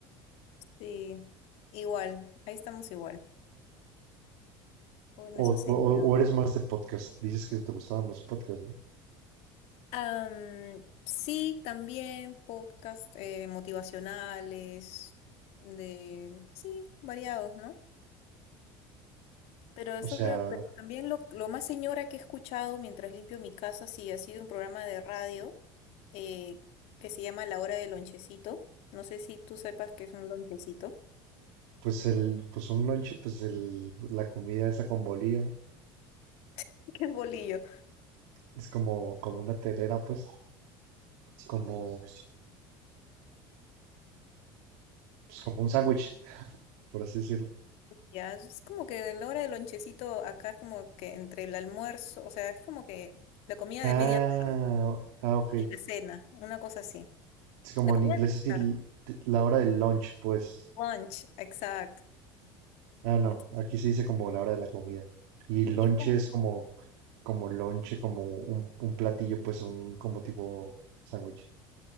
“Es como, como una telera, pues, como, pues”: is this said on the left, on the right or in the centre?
Right